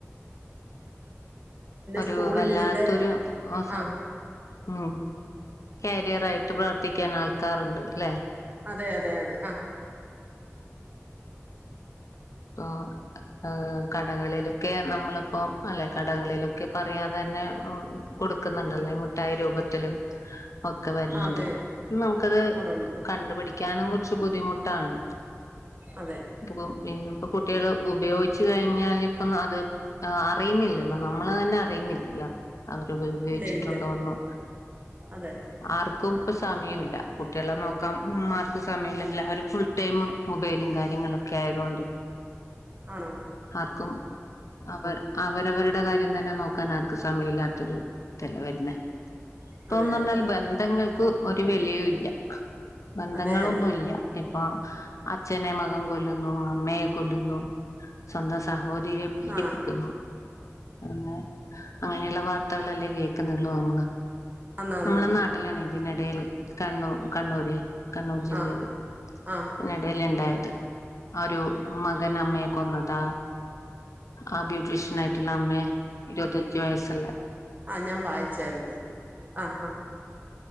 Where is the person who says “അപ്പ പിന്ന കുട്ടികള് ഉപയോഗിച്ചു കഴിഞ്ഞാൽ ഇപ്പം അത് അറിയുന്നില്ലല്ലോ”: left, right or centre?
Left